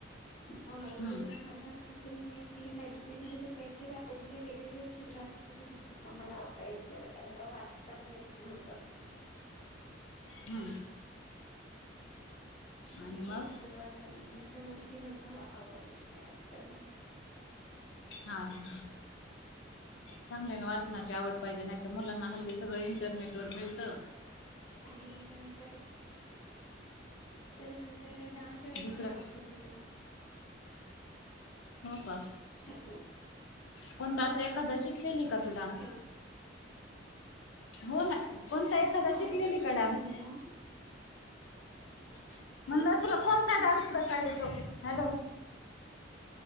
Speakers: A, on the left; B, on the left.
A: मग अगोदर
B: हम्म
A: लहानपणापासून मी लायब्ररी लायब्ररी मध्ये जगायचे, तर तिथे ते वेगळेवेगळे चित्र असलेले पुस्तकं मला आवडायचे बघायला, तेव्हा वाचता पण येत नव्हत.
B: हम्म. आणि
A: मोठे
B: मग
A: पुस्तक वाचायला लागल्या, मग त्या गोष्टी मला खूप आवडयला लागल्या वाचायला.
B: हा-हा-हा चांगल्याने वाचनाची आवड पाहिजे. नाहीत तर मुलांना हल्ली सगळं इंटरनेट वर मिळतं.
A: आणि त्याच्यानंतर, त्याच्यानंतर डान्स करायला
B: दुसरं
A: पण आवडतं तो मला.
B: हो का,
A: हॅलो
B: कोणता अस एखादा शिकलेली का तू डान्स?
A: हॅलो
B: हो ना, कोणता
A: तुमचा
B: एखादा
A: आवाज
B: शिकलेली
A: येत
B: का
A: नाहीये
B: डान्स?
A: <inaudible>
B: म्हणलं,
A: हॅलो
B: तुला कोणता डान्स प्रकार येतो? हॅलो.